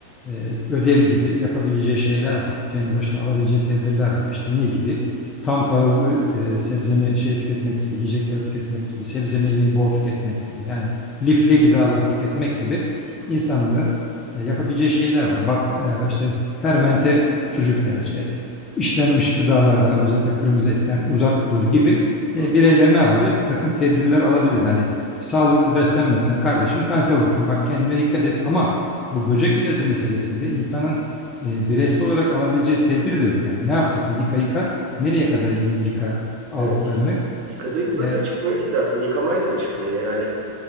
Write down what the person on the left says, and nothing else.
e, ödev gibi yapabileceği şeyler var. Kendi başına alabileceği tedbirler var. İşte ne gibi? Tam tahıllı e, sebze me- şey tüketmek gibi, yiyecekler tüketmek gibi, sebze meyveyi bol tüketmek gibi. Yani lifli gıdaları tüketmek gibi insanların e, yapabileceği şeyler var. Bak e, işte fermente sucuk tercih et. İşlenmiş gıdalardan özellikle kırmızı etten uzak dur gibi
e,
bireyler ne yapabilir? Bir takım tedbirler alabilir. Hani Sağlıklı beslenmezsen kardeşim kanser olursun. Bak kendine dikkat et ama bu böcek ilacı meselesinde insanın e, bireysel olarak alabileceği tedbir de yok. Yani ne yapacaksın? Yıka yıka nereye kadar yıka aldıklarını.
Yani,